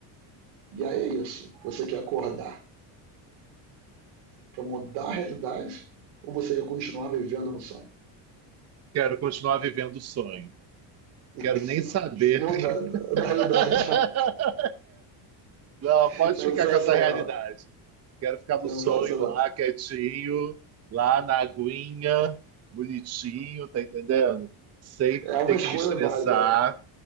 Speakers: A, on the right (about 80°); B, on the right (about 35°).
A: E aí é isso. Você quer acordar para mudar a realidade ou você ia continuar vivendo no sonho?
B: Quero continuar vivendo o sonho.
A: E
B: Quero
A: que
B: nem
A: se
B: saber.
A: exploda
B: <laughs>
A: da, da realidade.
B: Não,
A: <laughs>
B: pode
A: Sensacional.
B: ficar com essa realidade. Quero ficar
A: Sensacional.
B: no sonho lá, quietinho, lá na aguinha, bonitinho, tá entendendo? Sem
A: É uma
B: ter
A: escolha
B: que me estressar.
A: válida.